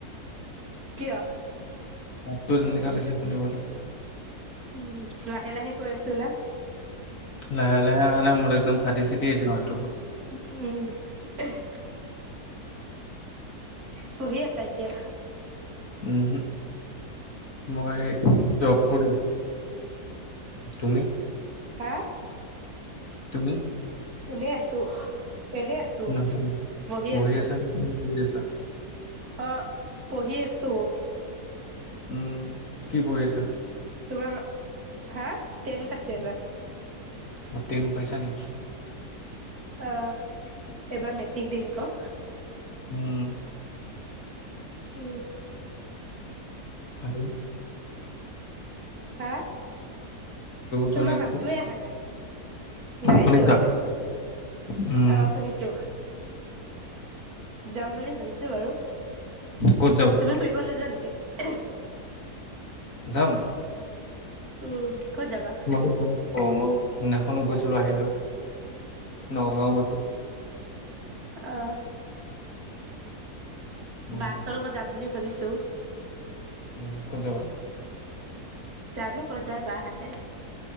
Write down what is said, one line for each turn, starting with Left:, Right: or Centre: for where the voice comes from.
Right: কিয়?
Left: তো জেনেকা লাগিছে শুনিবলে?
Right: উম! লাহে লাহে কৈ আছোঁ না?
Left: লাহে লাহে আহা নাই, মোৰ একদম ফাটি চিটি আহিছে মাত।
Right: উম! <unintelligible> পঢ়ি আছা এতিয়া?
Left: ওহোঁ! মই জব কৰোঁ। তুমি?
Right: হা!
Left: তুমি?
Right: এনেই আছোঁ। এনেই আছোঁ,
Left: নহয়,
Right: বহি
Left: পঢ়ি
Right: আছোঁ।
Left: আছা নে কিবা কৰি আছা?
Right: অ'! পঢ়ি আছোঁ।
Left: উম! কি পঢ়িছা?
Right: তোমাৰ মা হা টেন পাইছে এবাৰ।
Left: টেন পইচা নি।
Right: আহ এইবাৰ মেটিক দিম ক।
Left: উম।
Right: উম।
Left: হেল্ল।
Right: হা!
Left: যোৱা
Right: তোমাৰ
Left: নাই
Right: মাতটোৱে
Left: ক'তো?
Right: আহা নাই, নাই
Left: শুনিছা?
Right: যোৱা।
Left: উম,
Right: অ শুনিছো? যাম বুলি ভাবিছো বাৰু।
Left: ক'ত যাবা?
Right: তুমি ফুৰিব নযোৱা নি কি ইহি?
Left: যাম।
Right: উম ক'ত যাবা
Left: ম- মই সেইদিনাখনো গৈছিলো আহিলো, নগাঁও গৈ
Right: অ,
Left: উম,
Right: বাহতৰ লগত যাম বুলি ভাবিছোঁ।
Left: উম কত যাবা?
Right: জানো কত যায় বাহেতে?